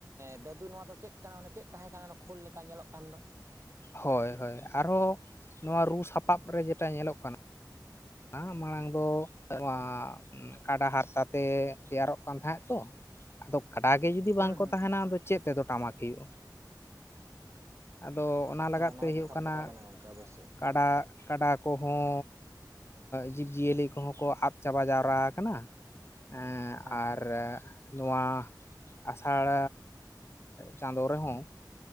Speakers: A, on the right; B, on the left.
A: ᱫᱟᱹᱫᱩ ᱱᱚᱣᱟ ᱫᱚ ᱪᱮᱫ ᱠᱟᱱᱟ ᱚᱱᱮ ᱪᱮᱫ ᱛᱟᱦᱮᱸ ᱠᱟᱱᱟ ᱚᱱᱟ ᱠᱷᱳᱞ ᱞᱮᱠᱟ ᱧᱮᱞᱚᱜ ᱠᱟᱱ ᱫᱚ
B: ᱦᱳᱭ ᱦᱳᱭ ᱾ ᱟᱨᱦᱚᱸ ᱱᱚᱣᱟ ᱨᱩ ᱥᱟᱯᱟᱵ ᱨᱮ ᱡᱮᱴᱟ ᱧᱮᱞᱚᱜ ᱠᱟᱱᱟ ᱚᱱᱟ ᱢᱟᱲᱟᱝ ᱫᱚ ᱱᱚᱣᱟ ᱠᱟᱰᱟ ᱦᱟᱨᱛᱟ ᱛᱮ ᱛᱮᱭᱟᱨᱚᱜ ᱠᱟᱱ ᱛᱟᱦᱮᱸᱫ ᱛᱚ ᱟᱫᱚ ᱠᱟᱰᱟ ᱜᱮ ᱡᱩᱫᱤ
A: ᱦᱩᱸ
B: ᱵᱟᱝ ᱠᱚ
A: ᱦᱩᱸ
B: ᱛᱟᱦᱮᱱᱟ
A: ᱦᱩᱸ
B: ᱟᱫᱚ ᱪᱮᱫ ᱛᱮᱫᱚ ᱴᱟᱢᱟᱠ ᱦᱩᱭᱩᱜᱼᱟ᱾ ᱟᱫᱚ ᱚᱱᱟ ᱞᱟᱜᱟᱫ
A: ᱦᱮᱸ
B: ᱛᱮ
A: ᱫᱚ
B: ᱦᱩᱭᱩᱜ
A: ᱡᱚᱛᱷᱟᱛ
B: ᱠᱟᱱᱟ
A: ᱠᱟᱛᱷᱟ ᱜᱚᱝᱠᱮ ᱚᱵᱚᱥᱥᱳᱭ
B: ᱠᱟᱰᱟ ᱠᱟᱰᱟ ᱠᱚ ᱦᱚᱸ ᱡᱤᱵᱽ ᱡᱤᱭᱟᱹᱞᱤ ᱠᱚᱦᱚᱸ ᱠᱚ ᱟᱫ ᱪᱟᱵᱟ ᱡᱟᱣᱨᱟ ᱠᱟᱱᱟ ᱦᱮᱸ
A: ᱦᱮᱸ
B: ᱟᱨ
A: ᱦᱮᱸ
B: ᱱᱚᱣᱟ ᱟᱸᱥᱟᱲ ᱪᱟᱸᱫᱳ ᱨᱮᱦᱚᱸ